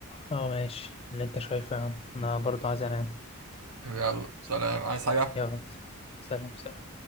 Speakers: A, on the left; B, on the right.
A: اه ماشي اللي انت شايفه يا عم انا برضو عايز انام
B: يلا سلام عايز حاجه
A: يلا سلام سلام